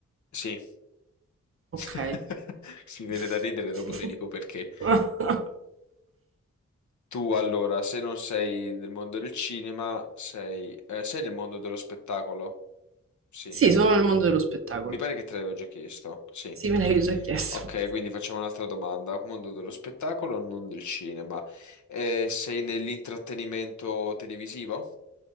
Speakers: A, on the left (about 75°); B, on the right (about 45°).
A: Sì,
B: Ok.
A: <laughs> mi viene
B: <laughs>
A: da ridere, dopo ti dico perché. Tu, allora, se non sei del mondo del cinema, sei, eh, sei nel mondo dello spettacolo? Sì,
B: Sì, sono nel mondo dello spettacolo.
A: mi pare che te l'avevo già chiesto, sì.
B: Sì, me l'hai già chiesto.
A: Ok, quindi facciamo un'altra domanda. Mondo dello spettacolo, non del cinema. Eh, sei nell'intrattenimento televisivo?